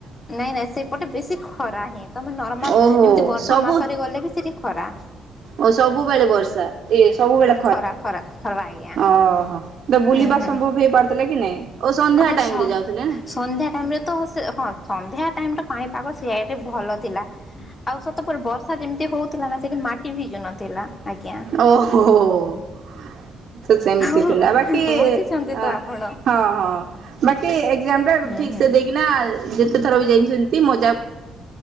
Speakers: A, on the left (about 30°); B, on the right (about 60°).
A: ନାଇଁ ନାଇଁ ସେପଟେ ବେଶୀ ଖରା ହିଁ ତମେ ନର୍ମାଲ
B: ଓହୋ
A: ଏମିତି ବର୍ଷା
B: ସବୁ
A: ମାସରେ ଗଲେ ବି ସେଠି ଖରା
B: ଓ ସବୁବେଳେ ବର୍ଷା ଏ ସବୁବେଳେ
A: ଖରା ଖରା ଖରା ଆଜ୍ଞା
B: ଓହୋ ତ ବୁଲିବା
A: ହୁଁ ହୁଁ
B: ସମ୍ଭବ ହେଇପାରୁଥିଲା କି ନାଇଁ? ଓ
A: ହଁ
B: ଟାଇମ୍
A: ସନ୍ଧ୍ୟା
B: ରେ
A: ହଁ
B: ଯାଉଥିଲେ ନା।
A: ସନ୍ଧ୍ୟା ଟାଇମ୍ରେ ତ ହଁ ସନ୍ଧ୍ୟା ଟାଇ ଟା ପାଣିପାଗ ସିଆଡେ ଭଲ ଥିଲା ଆଉ ସତ ପରେ ବର୍ଷା ଯେମିତି ହଉଥିଲା ନା ସେଇଠି ମାଟି ଭିଜୁ ନଥିଲା। ଆଜ୍ଞା
B: ଓହୋ ହ ତ ସେମିତି
A: ହଁ
B: ଥିଲା ବାକି
A: ବୁଝିଛନ୍ତି
B: ହଁ
A: ତ ଆପଣ।
B: ହଁ ବାକି ଏକ୍ଜାମ ଟା
A: ହୁଁ
B: ଠିକ
A: ହୁଁ।
B: ସେ ଦେଇକିନା ଯେତେ ଥର ବି ଯାଇଛନ୍ତି। ତି ମ